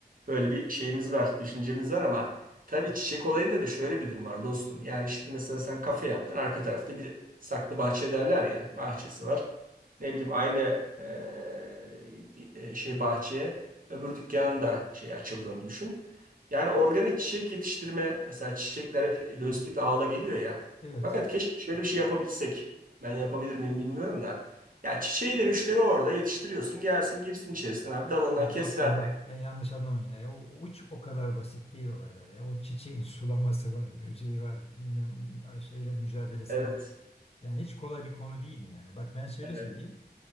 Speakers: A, on the right; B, on the left.
A: Böyle bir şeyimiz var, düşüncemiz var ama tabii çiçek olayında da şöyle bir durum var dostum. Yani şimdi mesela sen kafe yaptın, arka tarafta bir saklı bahçe derler ya, bahçesi var. Ne bileyim aynı eee, e, şey bahçeye öbür dükkanın da şey açıldığını düşün. Yani organik çiçek yetiştirme mesela çiçekler hep lojistik ağla geliyor ya.
B: Evet.
A: Fakat keşke şöyle bir şey yapabilsek. Ben yapabilir miyim bilmiyorum da. Ya çiçeği de müşteri orada yetiştiriyorsun. Gelsin girsin içerisine abi. Dalından
B: Ya
A: kes
B: dostum
A: ver
B: bak
A: direkt.
B: ben yanlış anlamayın. Ya. O, o hiç o kadar basit değil olaylar ya. O çiçeğin <laughs> sulaması var, böceği var, bilmem ay, şeyle mücadelesi
A: Evet.
B: var. Yani hiç kolay bir konu değil yani. Bak ben şöyle
A: Evet.
B: söyleyeyim.